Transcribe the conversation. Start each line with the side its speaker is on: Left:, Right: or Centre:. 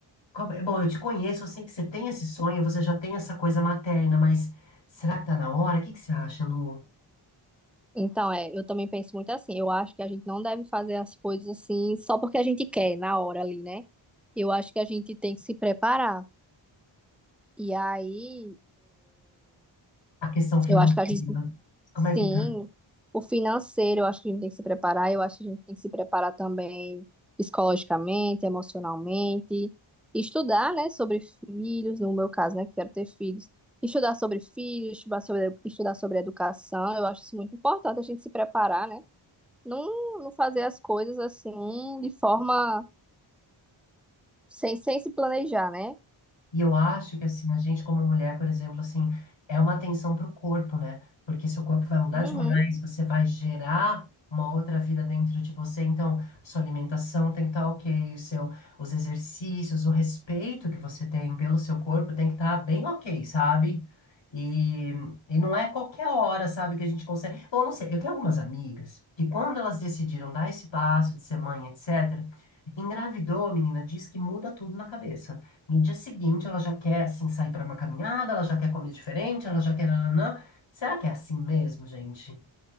Left: como- Bom, eu te conheço, eu sei que você tem esse sonho, você já tem essa coisa materna, mas será que tá na hora? O que que você acha, Lu?
Centre: Então, é, eu também penso muito assim. Eu acho que a gente não deve fazer as coisas assim só porque a gente quer na hora ali, né? Eu acho que a gente tem que se preparar. E aí
Left: A questão financeira,
Centre: Eu acho que a gente,
Left: como
Centre: sim,
Left: é que tá?
Centre: o financeiro, eu acho que a gente tem que se preparar, eu acho que a gente tem que se preparar também psicologicamente, emocionalmente, estudar, né, sobre filhos, no meu caso, né, que quero ter filhos, estudar sobre filhos, estudar sobre, estudar sobre educação, eu acho isso muito importante, a gente se preparar, né, não, não fazer as coisas assim, de forma, sem, sem se planejar, né?
Left: E eu acho que assim, a gente como mulher, por exemplo, assim, é uma atenção para o corpo, né? Porque seu corpo vai mudar
Centre: Uhum.
Left: demais, você vai gerar uma outra vida dentro de você, então sua alimentação tem que estar ok, o seu, os exercícios, o respeito que você tem pelo seu corpo tem que estar bem ok, sabe? E, e não é qualquer hora, sabe, que a gente consegue. Bom, não sei, eu tenho algumas amigas que quando elas decidiram dar esse passo de ser mãe, etc., engravidou, menina, diz que muda tudo na cabeça. No dia seguinte, ela já quer, assim, sair para uma caminhada, ela já quer comer diferente, ela já quer... nananã. Será que é assim mesmo, gente?